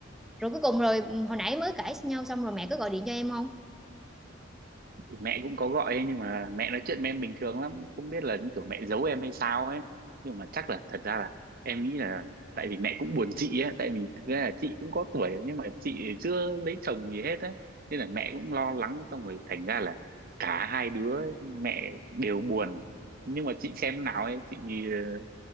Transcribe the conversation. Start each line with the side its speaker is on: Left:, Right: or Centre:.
Centre: rồi cuối cùng rồi hồi nãy mới cãi nhau xong rồi mẹ cứ gọi điện cho em không
Right: thì mẹ cũng có gọi ấy, nhưng mà mẹ nói chuyện với em bình thường lắm không biết là như kiểu mẹ giấu em hay sao ấy nhưng mà chắc là thật ra là em nghĩ là tại vì mẹ cũng buồn chị ấy tại vì thực ra là chị cũng có tuổi rồi, nhưng mà chị chưa lấy chồng gì hết á nên là mẹ cũng lo lắng xong rồi thành ra là cả hai đứa mẹ đều buồn nhưng mà chị xem nào ấy chị ờ,